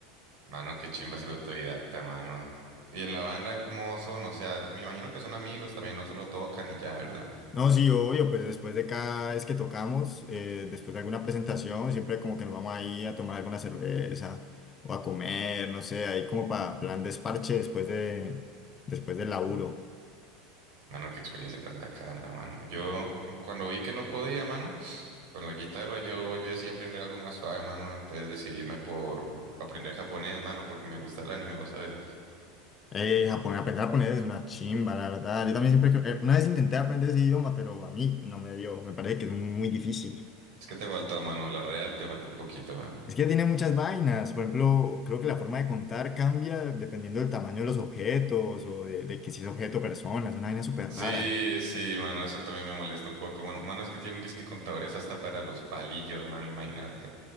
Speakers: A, on the right (about 60°); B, on the left (about 25°).
A: Mano, qué chimba ser autodidacta, mano. Y en la banda, ¿cómo son? O sea, me imagino que son amigos también, no solo tocan y ya, ¿verdad?
B: No, sí, obvio, pues después de cada vez que tocamos, eh, después de alguna presentación, siempre como que nos vamos ahí a tomar alguna cerveza o a comer, no sé, ahí como para plan desparche después de, después del laburo.
A: Mano, qué experiencia tan bacana, mano. Yo, cu- cuando vi que no podía, mano. Con la guitarra yo, yo decidí aprender algo más suave, mano, entonces decidirme por aprender japonés, mano, porque me gusta el anime, ¿vos sabes?
B: Eh, japonés, aprender japonés es una chimba, la verdad. Yo también siempre, que- eh, una vez intenté aprender ese idioma, pero a mí no me dio. Me parece que es muy difícil.
A: Es que te faltó, mano, la real te faltó un poquito, mano.
B: Es que tiene muchas vainas. Por ejemplo, creo que la forma de contar cambia dependiendo del tamaño de los objetos o de, de que si es objeto o persona. Es una vaina súper
A: Sí,
B: rara.
A: sí, mano, eso también me molesta un poco, mano. Mano, es que tienen disque contadores hasta para los palillos, mano, imagínate.